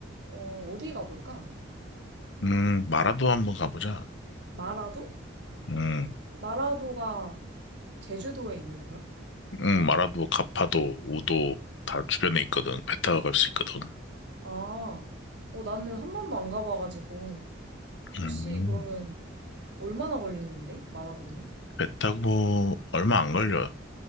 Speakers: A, on the right; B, on the left.
A: 어, 어디 가볼까?
B: 음, 마라도 한번 가보자.
A: 마라도?
B: 음,
A: 마라도가 제주도에 있는 거야?
B: 음, 마라도, 가파도, 우도 다 주변에 있거든. 배 타고 갈 수 있거든.
A: 아, 어, 나는 한 번도 안 가봐가지고. 혹시
B: 음,
A: 그러면 얼마나 걸리는데? 마라도는?
B: 배 타고 얼마 안 걸려.